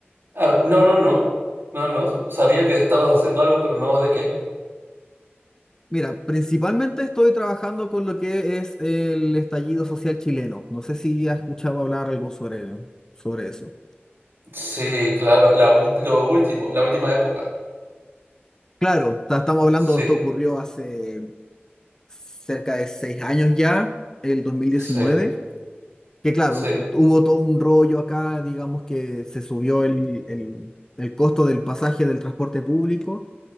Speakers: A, on the right; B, on the left.
A: Ah, no, no, no, no, no. Sabía que estabas haciendo algo, pero no de qué.
B: Mira, principalmente estoy trabajando con lo que es el estallido social chileno. No sé si has escuchado hablar algo sobre, sobre eso.
A: Sí, claro, la ul- lo último, la última época.
B: Claro, ta- estamos hablando,
A: Sí,
B: esto ocurrió hace cerca de seis años ya, el 2019,
A: sí,
B: que claro,
A: sí,
B: hubo todo un rollo acá, digamos que se subió el, el, el costo del pasaje del transporte público